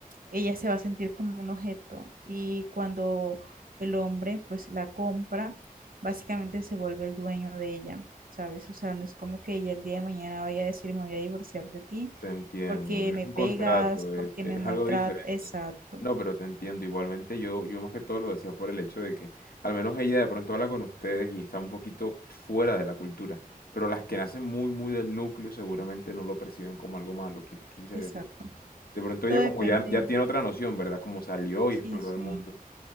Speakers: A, on the right (about 70°); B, on the left (about 85°).
A: ella se va a sentir como un objeto y cuando el hombre pues la compra, básicamente se vuelve el dueño de ella, ¿sabes? O sea, no es como que ella el día de mañana vaya a decir me voy a divorciar de ti
B: Te entiendo,
A: porque
B: es
A: me
B: un
A: pegas,
B: contrato, es,
A: porque
B: es
A: me maltrata,
B: algo diferente.
A: exacto,
B: No, pero te entiendo, igualmente yo, yo más que todo lo decía por el hecho de que al menos ella de pronto habla con ustedes y está un poquito fuera de la cultura, pero las que nacen muy, muy del núcleo seguramente no lo perciben como algo malo, quis- quise
A: exacto.
B: decir. De pronto
A: Todo
B: ella
A: depende,
B: como ya, ya tiene otra noción, ¿verdad? Como salió
A: sí,
B: y exploró
A: sí,
B: el mundo,